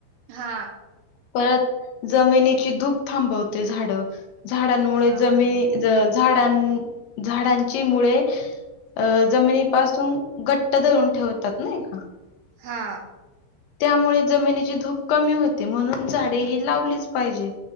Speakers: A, on the right (about 70°); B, on the left (about 80°).
A: हा
B: परत जमिनीची धूप थांबवते झाडं झाडांमुळे
A: हा
B: जमीन झाडां झाडांची मुळे अ जमिनीपासून घट्ट धरून ठेवतात ना एका
A: हा
B: त्यामुळे जमिनीची धूप कमी होते म्हणून झाडे ही लावलीच पाहिजे.